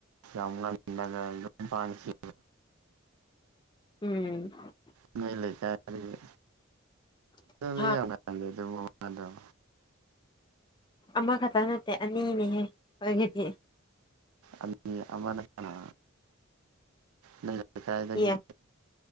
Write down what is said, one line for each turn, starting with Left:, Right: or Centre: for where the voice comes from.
Right: ꯌꯥꯝ ꯉꯜꯅ ꯌꯨꯝ ꯄꯥꯡꯈꯤ
Left: ꯎꯝ
Right: ꯨꯅꯣꯏ ꯂꯩꯀꯥꯏꯗꯒꯤ
Left: <inaudible>
Right: <unintelligible> ꯃꯥꯗꯣ
Left: ꯑꯃꯈꯛꯇ ꯅꯠꯇꯦ ꯑꯅꯤꯅꯤꯍꯦ ꯑꯩꯈꯣꯏꯒꯤꯗꯤ
Right: ꯑꯅꯤ ꯑꯃꯅ ꯀꯅꯥ ꯅꯣꯏ ꯂꯩ ꯀꯥꯏꯗꯒꯤ
Left: ꯑꯦ